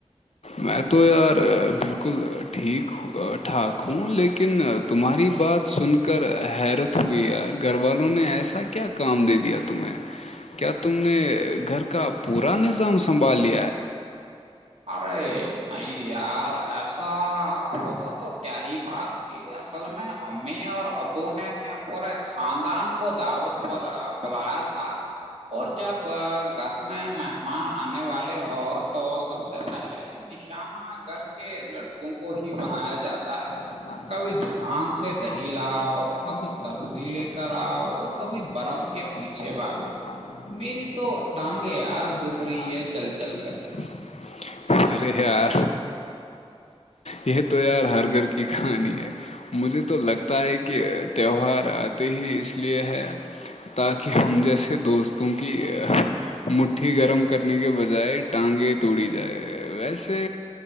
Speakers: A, on the left (about 75°); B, on the right (about 70°).
A: م تو یار بالکل ٹھیک <unintelligible> ٹھاک ہوں لیکن تمہاری بات سن کر حیرت ہوئے یار گھر والوں نے ایسا کیا کام دے دیا تمہیں کیا تم نے گھر کا پورا نظام سنبھال لیا ہے
B: ارے نہیں یار ایسا ہوتا تو کیا ہی بات ت اصل میں امی اور ابو نے پور <unintelligible> خاندان کو دعوت پر بلایا تھا اور جب گھر میں مہمان آنے والے ہ تو سب سے پہلے نشانہ گھر کے لڑکوں کو ہی بنایا جاتا ہے
A: تا ہے
B: کبھی دکان
A: کبھی
B: سے
A: تم
B: دہی
A: نام
B: لاؤ
A: سے کلاؤ
B: کبھی سبزی
A: ت
B: کر
A: لے کر
B: اور
A: آؤ
B: کبھی
A: ک
B: برف کے
A: <inaudible> م
B: بھاگو
A: پیچھے بھر
B: میری تو
A: تو
B: ٹانگیں یار دکھ رہی ہے چل
A: دو
B: چل
A: رہ
B: کر
A: ہے <inaudible> ارے یار یہ تو یار ہر گھر کی کہانی ہے مجھے تو لگتا ہے کہ تہوار آتے ہی اس لیے ہے تاکہ ہم جیسے دوستوں کی مٹھی گرم کرنے کے بجائے ٹانگیں توڑی جائے ویسے